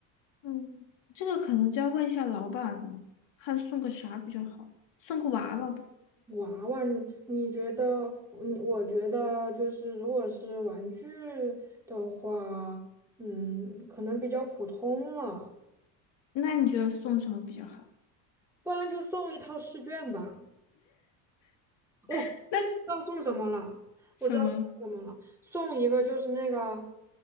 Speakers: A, on the left; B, in the centre.
A: 嗯，这个可能就要问一下老板了，看送个啥比较好，送个娃娃吧。
B: 娃娃，你你觉得，嗯我觉得就是，如果是玩具的话，嗯，可能比较普通了，
A: 那你觉得送什么比较好？
B: 不然就送一套试卷吧。哦，知
A: 那
B: 道送什么了？
A: 什么？
B: 我知道送什么了，送一个就是那个，